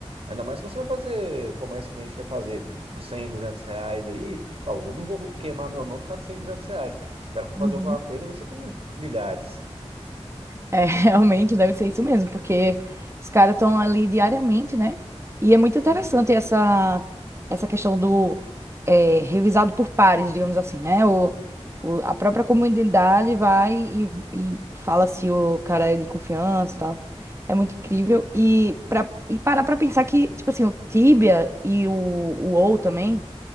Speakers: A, on the right; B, on the right.
A: Ainda mais se você vai fazer comércio que nem a gente vai fazer, tipo 100, 200 reais aí, fala, eu não vou queimar meu nome por causa de 100, 200 reais. Se o cara for fazer
B: Uhum.
A: alguma coisa, vai ser com milhares.
B: É, <laughs> realmente deve ser isso mesmo, porque os caras estão ali diariamente, né? E é muito
A: Sim.
B: interessante essa, essa questão do é, revisado por pares, digamos assim, né? O, o- a própria comunidade vai e, e fala se o cara é de confiança e tal. É muito incrível. E, pra, e parar pra pensar que, tipo assim, o Tibia e o, o WoW também